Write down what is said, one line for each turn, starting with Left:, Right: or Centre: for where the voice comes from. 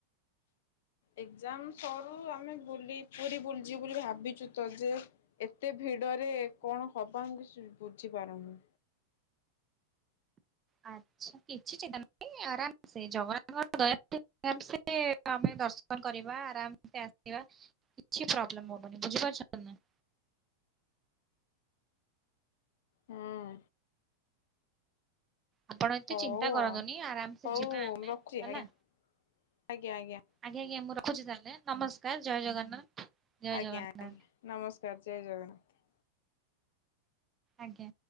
Left: ଏକଯାମ ସରୁ ଆମେ ବୁଲି ପୁରୀ ବୁଲୀ ଯିବୁ ବୋଲି ଭାବିଛୁ ତ ଯେ ଏତେ ଭିଡରେ କଣ ହବା ଆମେ କିଛି ବୁଝୀ ପାରୁନୁ।
Right: ଆଚ୍ଛା କିଛି ଚିନ୍ତା ଆରାମ ସେ ଜବ ତାଙ୍କର ଦୟା ହେଲେ ଆରମସେ ଆମେ ଦର୍ଶନ କରିବା ଆରାମସେ ଆସିବା କିଛି ପ୍ରୋବ୍ଲେମ ହବନି ବୁଝିପାରୁ ଛନ୍ତି ନା ନାଇଁ?
Left: ହଁ।
Right: ଆପଣ ଏତେ
Left: ହଉ
Right: ଚିନ୍ତା କରନ୍ତୁନି
Left: ଆଉ
Right: ଆରାମସେ
Left: ହଉ
Right: ଯିବା ଆମେ
Left: ରଖୁଛି
Right: ହେଲା।
Left: ଆଜ୍ଞା ଆଜ୍ଞା ଆଜ୍ଞା।
Right: ଆଜ୍ଞ ଆଜ୍ଞା ମୁଁ ରଖଛି ତାହେଲେ ନମସ କାର ଜୟ ଜଗନ୍ନାଥ। ଜୟ
Left: ଆଜ୍ଞା
Right: ଜଗନ୍ନାଥ
Left: ଆଜ୍ଞା ନମସ୍ ଜୟ ଜଗନ୍ନାଥ।
Right: ଆଜ୍ଞା।